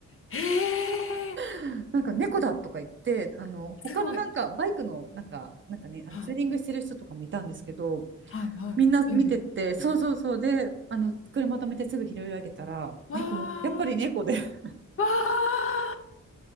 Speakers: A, on the left; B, on the right.
A: へえ、
B: <laughs> なんか猫だとか言って、あの、他のなんかバイクの、
A: すごい。
B: なんか、なんかね、あのツーリングしてる人とかもいたんですけど、
A: はいはいはい。
B: みんな見てて、
A: ビュンビュン。
B: そうそうそう、で、あの、車止めてすぐ拾い上げたら、
A: わ
B: 猫、やっぱり猫で、<laughs>
A: ー、わ